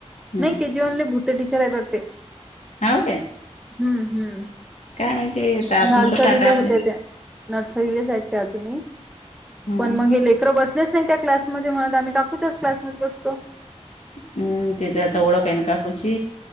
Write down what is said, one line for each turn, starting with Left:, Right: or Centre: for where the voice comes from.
Left: हम्म
Centre: नाही के जी वनले भूते टीचर आहे वाटते.
Left: हो काय
Centre: हम्म हम्म
Left: काय माहिती आता आपण
Centre: नर्सरीले
Left: कसं आता आपल्या
Centre: होत्या त्या नर्सरीलेच आहेत त्या अजूनही,
Left: हम्म
Centre: पण मग हे लेकर बसलेच नाही त्या क्लास मधे म्हत आम्ही काकूच्या क्लासमध्ये बसतो.
Left: हम्म तेजी आता ओळख आहे ना काकूची.